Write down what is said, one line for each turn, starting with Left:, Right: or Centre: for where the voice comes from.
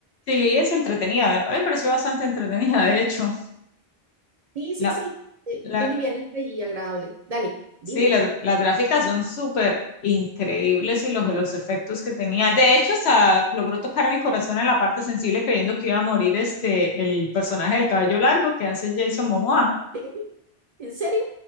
Left: Sí, es entretenida, me, me pareció bastante entretenida, de hecho.
Right: Sí, sí,
Left: La,
Right: sí. eh,
Left: la,
Right: Es livianita y agradable. Dale, dime.
Left: Sí, las, las gráficas son súper increíbles y los, los efectos que tenía. De hecho, hasta logró tocar mi corazón en la parte sensible creyendo que iba a morir este, el personaje del cabello largo que hace Jason Momoa. <laughs>
Right: ¿sí? ¿En serio?